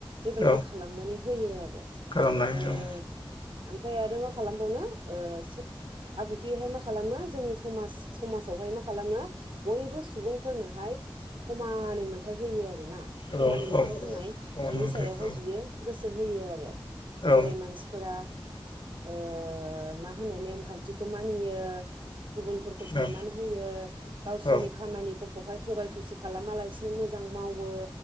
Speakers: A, on the right (about 65°); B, on the left (about 60°).
A: बेबायदि
B: औ
A: खालामनानै होयो आरो।
B: खालामनाय
A: ओ
B: दं
A: ओमफ्राय आरो मा खालामबावनो ओ सो आब्रुथियैहाय मा खालामो जोंनि समाज समाजावहाय मा खालामो बयबो सुबुंफोरनोहाय समानै मोनथ होयो आरोना
B: औ
A: समानै मोनथाय
B: औ
A: होनाय
B: फन
A: बिनि स
B: पे
A: हाय
B: औ
A: बियो गोसो होयो आरो
B: औ
A: जेरै मानसिफोरा ओ मा होनो नेमखान्थिखौ मानियो गुबुनफोरखौ सनमान
B: औ
A: होयो गावसोरनि
B: औ
A: खामानिफोरखौहाय थगाय थसि खालामालासिनो मोजां आं मावो